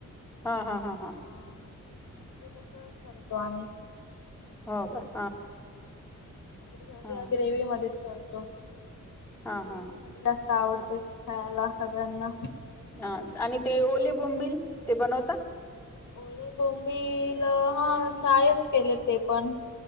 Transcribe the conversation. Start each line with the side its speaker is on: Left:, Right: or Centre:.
Centre: हा हा हा
Left: अ
Centre: हा
Left: मग ते तस करतो आणि
Centre: हो का
Left: हा नाहीर घरी
Centre: हा
Left: या ग्रेवी मध्येच करतो
Centre: हा
Left: ग्रेवी
Centre: हा
Left: मध्ये जास्त आवडते खायला सगळ्यांना घरात
Centre: हा आणि ते ओले बोंबिल ते बनवता
Left: ओळे बोंबल हा काायच केले ते पण